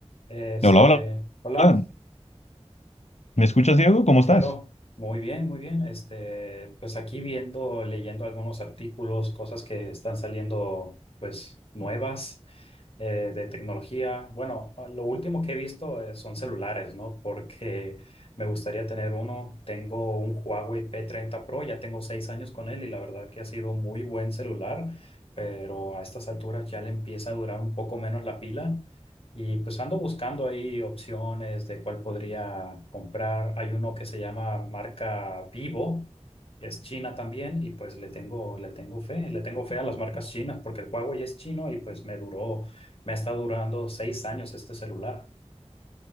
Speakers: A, on the left; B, on the left.
A: Este,
B: Hola, hola,
A: hola,
B: hola. ¿Me escuchas, Diego? ¿Cómo
A: claro,
B: estás?
A: muy bien, muy bien. Este, pues aquí viendo, leyendo algunos artículos, cosas que están saliendo, pues nuevas eh, de tecnología. Bueno, ah, lo último que he visto eh, son celulares, ¿no? Porque me gustaría tener uno. Tengo un Huawei p treinta Pro, ya tengo seis años con él y la verdad que ha sido muy buen celular, pero a estas alturas ya le empieza a durar un poco menos la pila. Y pues ando buscando ahí opciones de cuál podría comprar. Hay uno que se llama marca Vivo, es china también y pues le tengo, le tengo fe, le tengo fe a las marcas chinas porque el Huawei es chino y pues me duró, me está durando seis años este celular.